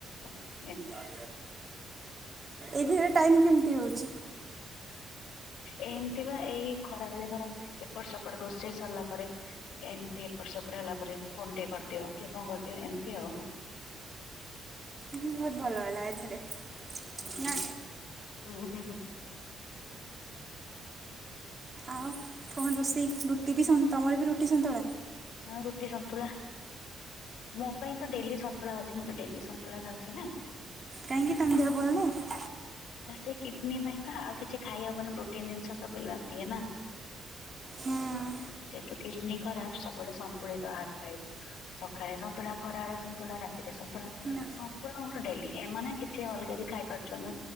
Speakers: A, on the left; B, on the right.
A: ଏମିତି
B: <unintelligible> ଏଇଥିରେ ଟାଇମ୍ କେମିତି ହଉଛି?
A: ଏମିତି ବା ଏଇ ଖରାବେଳେ ଧର ଏପଟ ସେପଟ ରୋଷେଇ ସରିଲା ପରେ ଏମିତି ଏପଟ ସେପଟେ ହେଲା ପରେ ଫୋନ ଟିକେ କରିଦିଅ କିଏ କଣ କରିଦିଅ ଏମିତି ଆଉ।
B: ବହୁତ ଭଲ ହେଲା ଏଥିରେ।
A: ହୁଁ, ହୁଁ,
B: ନା
A: ହୁଁ, ହୁଁ।
B: ଆଉ କଣ ରୋଷେଇ? ରୁଟି ବି ସନ୍ତ--ତମର ବି ରୁଟି ସନ୍ତୁଳା?
A: ହଁ। ରୁଟି, ସନ୍ତୁଳା। ମୋ ପାଇଁ ତ ଡେଲି ସନ୍ତୁଳା ହଉଛି ମୁଁ ତ ଡେଲି ସନ୍ତୁଳା ଖାଉଛି ନା।
B: କାହିଁକି ତମ ଦେହ ଭଲ ନାହିଁ?
A: <inaudible> ଆ ସେ କିଡନୀ ପାଇଁ ବା ଆଉ କିଛି ଖାଇହବନି ପ୍ରୋଟିନ ଜିନିଷ ତ ପିଲା ନା।
B: ହୁଁ।
A: ଯେହେତୁ କିଡନୀ ଖରାପ ସବୁବେଳେ ସନ୍ତୁଳିତ ଆହାର ଖାଇବୁ। ସକାଳେ ସନ୍ତୁଳା ଖରାବେେଳେ ସନ୍ତୁଳା ରାତିରେ ସନ୍ତୁଳା।
B: ନା
A: ସନ୍ତୁଲ ଗୋଟେ ଗୋଟେ ଡେଲି ଏମାନେ କିଛି ଅଲଗା ବି ଖାଇ ପାରୁଛନ୍ତି